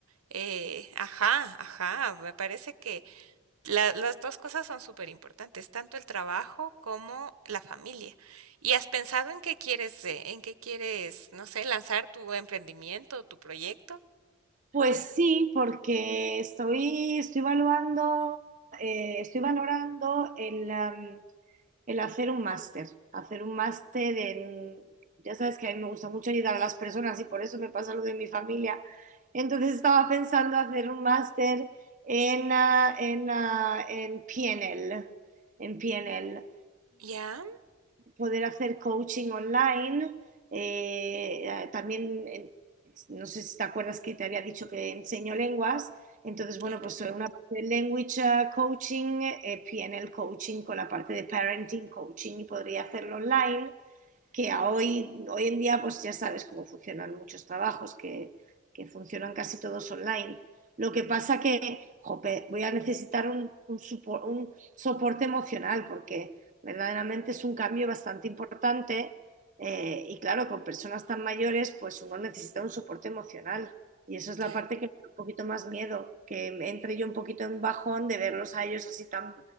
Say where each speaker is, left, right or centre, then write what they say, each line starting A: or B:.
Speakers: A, on the right (about 80°); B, on the right (about 35°).
A: Eh, ajá, ajá, me parece que la- las dos cosas son súper importantes, tanto el trabajo como la familia. ¿Y has pensado en qué quieres, eh, en qué quieres, no sé, lanzar tu emprendimiento, tu proyecto?
B: Pues sí, porque estoy, estoy evaluando, eh, estoy valorando el, am, el hacer un máster, hacer un máster en, ya sabes que a mí me gusta mucho ayudar a las personas y por eso me pasa lo de mi familia. Entonces estaba pensando hacer un máster en, ah, en, ah, en PNL, en PNL
A: Ya,
B: poder hacer coaching online. Eh, eh, también, eh, no sé si te acuerdas que te había dicho que enseño lenguas. Entonces,
A: claro,
B: bueno, pues eh, una parte de language eh, coaching, eh, PNL coaching con la parte de parenting coaching y podría hacerlo online que a hoy, hoy en día pues ya sabes cómo funcionan muchos trabajos, que, que funcionan casi todos online. Lo que pasa que, jope, voy a necesitar un, un, supo- un soporte emocional porque verdaderamente es un cambio bastante importante eh, y claro, con personas tan mayores pues uno necesita un soporte emocional y eso es
A: claro,
B: la parte que me da un poquito más miedo, que me entre yo un poquito en un bajón de verlos a ellos así tan,